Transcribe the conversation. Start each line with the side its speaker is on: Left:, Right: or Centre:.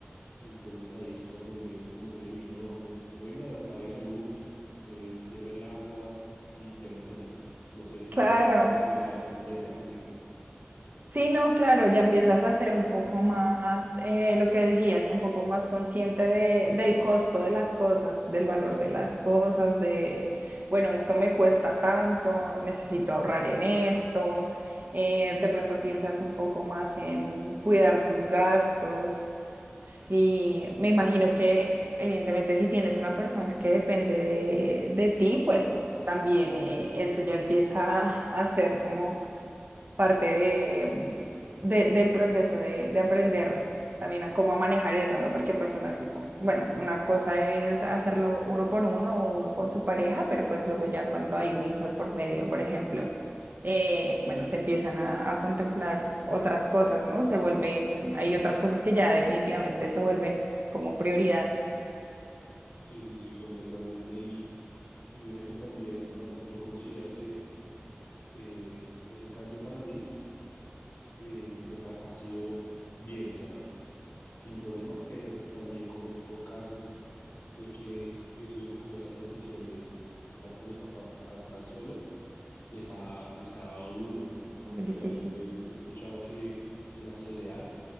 Left: entonces ahí es cuando uno dice como que, uy, no, ven- venga, apague la luz, eh, cierre el agua y temas así. No sé si
Right: Claro.
Left: si compartes la idea conmigo.
Right: Sí, no, claro, ya empiezas a ser un poco más, eh, lo que decías, un poco más consciente de- del costo de las cosas, del valor de las cosas, de, bueno, esto me cuesta tanto, necesito ahorrar en esto, eh, de pronto piensas un poco más en cuidar tus gastos. Sí, me imagino que evidentemente si tienes una persona que depende de, de ti, pues también eh, eso ya empieza a a ser como parte de, de- del proceso de, de aprender también a cómo a manejar eso, ¿no? Porque pues una, si- bueno, una cosa es hacerlo uno por uno o uno con su pareja, pero pues luego ya cuando hay un hijo por medio, por ejemplo, eh, bueno, se empiezan a, a contemplar otras cosas, ¿no? Se vuelven, hay otras cosas que ya definitivamente se vuelven como prioridad.
Left: Sí, sí, sí, completamente. Y, y mira que también, bueno, yo considero que eh, ese cambio para mí, eh, pues ha, ha sido bien, o sea, sin problema, pero pues también conozco casos de que eso, como esa transición de estar con los papás a estar solo, les ha, les ha dado duro,
Right: Muy
Left: porque
Right: difícil.
Left: a veces he escuchado que, que la soledad